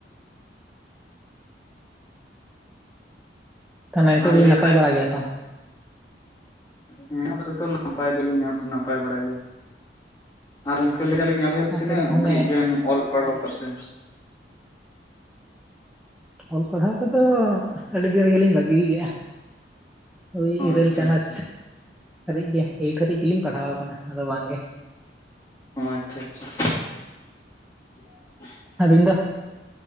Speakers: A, in the centre; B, on the left.
A: ᱛᱟᱦᱚᱞᱮ ᱱᱤᱛᱚᱜ
B: ᱟᱨ
A: ᱫᱚᱵᱤᱱ
B: ᱞᱟᱹᱭ
A: ᱱᱟᱯᱟᱭ
B: ᱫᱟᱞᱤᱧ
A: ᱵᱟᱲᱟ ᱜᱮᱭᱟ ᱛᱚ?
B: ᱦᱮᱸ ᱟᱯᱟᱛᱟᱛᱚ ᱱᱟᱯᱟᱭ ᱫᱚᱞᱤᱧ ᱱᱟᱯᱟᱭ ᱵᱟᱲᱟ ᱜᱮᱭᱟ ᱾ ᱟᱨ ᱜᱚᱢᱠᱮ ᱞᱟᱹᱭ ᱫᱟᱞᱤᱧ ᱟᱵᱮᱱ
A: ᱟᱯᱮ
B: ᱛᱤᱱᱟᱹᱜ
A: ᱫᱚ ᱛᱟᱦᱚᱞᱮ
B: ᱫᱷᱟᱹᱨᱤᱡ ᱵᱮᱱ ᱚᱞ ᱯᱟᱲᱦᱟᱣ ᱠᱟᱫ ᱛᱮ?
A: ᱚᱞ ᱯᱟᱲᱦᱟᱣ ᱠᱚᱫᱚ ᱟᱹᱰᱤ ᱫᱤᱱ ᱨᱮᱜᱮ ᱞᱤᱧ ᱵᱟᱹᱜᱤᱭ ᱠᱮᱫᱼᱟ ᱾ ᱳᱭ
B: ᱚ
A: ᱤᱨᱟᱹᱞ
B: ᱟᱪᱪᱷᱟ
A: ᱪᱟᱱᱟᱪ
B: ᱟᱪᱪᱷᱟ
A: ᱦᱟᱹᱨᱤᱡ ᱜᱮ ᱮᱭᱤᱴ ᱦᱟᱹᱨᱤᱡ ᱜᱮᱞᱤᱧ ᱯᱟᱲᱦᱟᱣ ᱟᱠᱟᱱᱟ ᱟᱫᱚ ᱵᱟᱝ ᱜᱮ ᱾
B: ᱚ ᱟᱪᱪᱷᱟ ᱟᱪᱪᱷᱟ ᱾ <inaudible>
A: ᱟᱹᱵᱤᱱ ᱫᱚ?